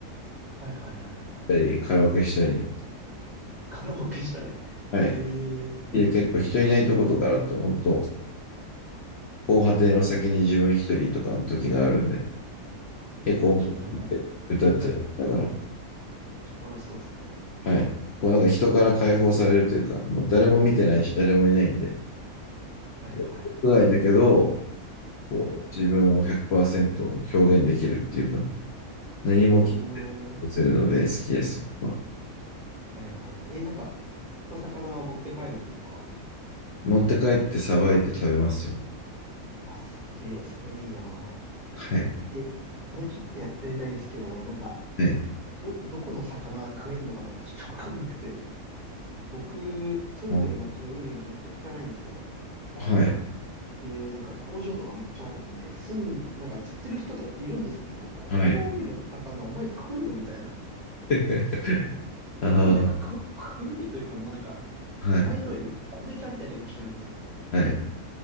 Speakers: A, on the right; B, on the left.
A: はいはいはいはい。
B: たり、カラオケしたり。
A: カラオケしたり。
B: はい。
A: ええ
B: いや、結構人いないとことかだと、本当防波堤の先に自分一人とかの時があるんで、結構音楽って歌ったり、
A: あ、ちょっとなんか、それだけ聞くと、
B: だから、
A: めっちゃ楽しそうっすね。
B: はい。こうなんか人から解放されるというか、もう誰も見てないし、誰もいないんで、
A: はいはいはい。
B: こう屋外だけど、こう自分を100%
A: はい。
B: 表現できるっていうか、何も聞
A: うーん。
B: こせるので好きです、僕は。
A: はいはいはい。えーなんか、釣った魚は持って帰るんですか
B: 持って帰ってさばいて食べますよ。
A: あ、すげえ、それいいな。
B: はい。
A: え、それちょっとやってみたいんですけど、なんか、
B: はい。
A: ど、どこの魚が食えんのかとかちょっとわかんなくて。僕、住んでる町の海がめっちゃ汚いんですよ。
B: もうはい。
A: で、なんか工場とかめっちゃあるんで、住ん、なんか釣ってる人とかいるんですけど、ここの海の魚お前食うのみたいな。
B: はい。<laughs> あ
A: 海なんかく、黒いというかもうなんか、
B: あ、はい。
A: 茶色いみたいな、焦げ茶みたいな色してるんですよ。
B: はい。